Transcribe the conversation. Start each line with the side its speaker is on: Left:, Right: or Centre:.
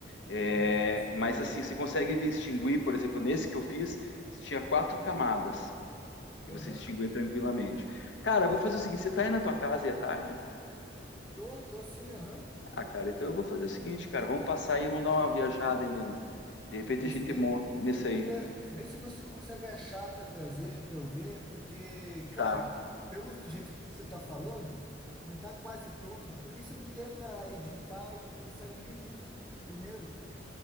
Left: é,
Centre: Que massa,
Left: mas
Centre: cara.
Left: assim, você consegue distinguir, por exemplo, nesse que eu fiz, tinha quatro camadas que
Centre: Aham.
Left: você distinguia tranquilamente. Cara, eu vou fazer o seguinte: você tá aí na tua casa e à tarde?
Centre: Tô, tô sim, aham.
Left: Ah, cara, então eu vou fazer o seguinte, cara, vamos passar aí, vamos dar uma viajada aí, né? De repente
Centre: Nesse
Left: a gente
Centre: daí.
Left: monta nesse
Centre: Eu
Left: aí.
Centre: queria ver se você consegue achar para trazer, para eu ver, porque, cara,
Left: Tá,
Centre: pelo jeito que você tá falando, não tá quase pronto. Por que você não tenta editar e lançar em livro isso? Primeiro,